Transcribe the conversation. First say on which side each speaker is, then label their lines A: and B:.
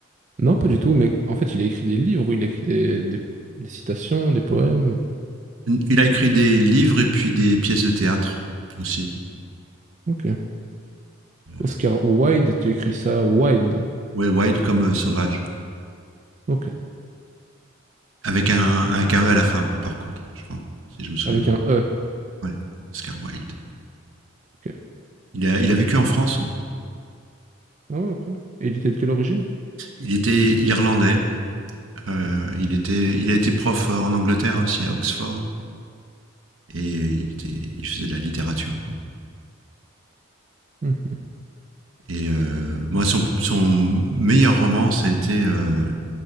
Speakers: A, on the right; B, on the right.
A: Non, pas du tout, mais en fait, il a écrit des livres, il a écrit des, des- des citations, des poèmes.
B: Il a écrit des livres et puis des pièces de théâtre aussi.
A: Ok.
B: Euh,
A: Oscar Wilde, tu écris ça Wilde.
B: Ouais, Wild comme euh, Sauvage.
A: Ok.
B: Avec un, avec un E à la fin, par contre, je crois, si je me souviens.
A: Avec un E.
B: Ouais, Oscar Wilde.
A: Ok.
B: Il a, il a vécu en France. hein.
A: Ah ouais, ok. Et il était de quelle origine?
B: Il était irlandais. euh, il, était, il a été prof euh, en Angleterre aussi, à Oxford. Et il, était, il faisait de la littérature. quoi.
A: Mhm.
B: Et euh, moi, son, son meilleur roman, ça a été euh,